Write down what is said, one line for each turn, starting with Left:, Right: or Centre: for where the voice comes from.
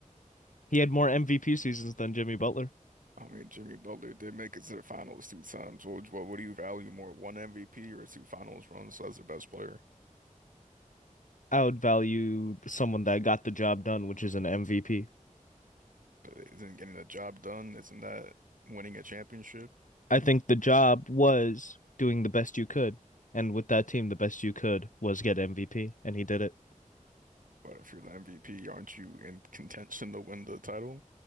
Left: He had more MVP seasons than Jimmy Butler.
Right: I mean, Jimmy Butler did make it to the finals two times. What would- what, what do you value more, one MVP or two finals runs as the best player?
Left: I would value someone that got the job done, which is an MVP.
Right: But isn't getting the job done, isn't that winning a championship?
Left: I think the job was doing the best you could, and with that team, the best you could was get MVP, and he did it.
Right: But if you're the MVP, aren't you in contention to win the title?